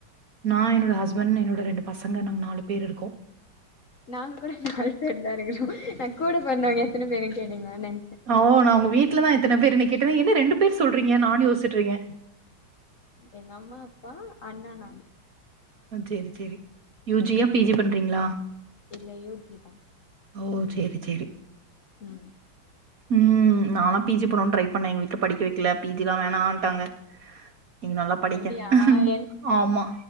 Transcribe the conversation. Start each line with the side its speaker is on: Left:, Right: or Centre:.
Right: நா என்னோட ஹஸ்பண்ட் என்னோட ரெண்டு பசங்க நாங்க நாலு பேரு இருக்கோ
Left: நாங்க கூட நாலு பேரு தா இருக்கறோ நா கூட பொறந்தவங்க எத்தன பேருன்னு கேட்டிங்களோன்னு நெனச்சே
Right: அ ஓ நா உங்க வீட்ல தா எத்தன பேருன்னு கேட்டே என்ன ரெண்டு பேரு சொல்றீங்க நானும் யோசிட்டுயிருக்கே
Left: எங்க அம்மா அப்பா அண்ணே நா
Right: ஆ சேரி சேரி யூ ஜி யா பி ஜி பண்றீங்ளா
Left: இல்ல யு ஜி தா
Right: ஓ சேரி சேரி
Left: ம்
Right: ம் நால்லா பி ஜி போட்ணும்னு ட்ரை பண்ணே எங்க வீ்ட்ல படிக்க வெக்கல பி ஜி எல்லா வேணான்ட்டாங்க நீங்க நல்லா படிங்க
Left: அப்டியா என்
Right: ஆமா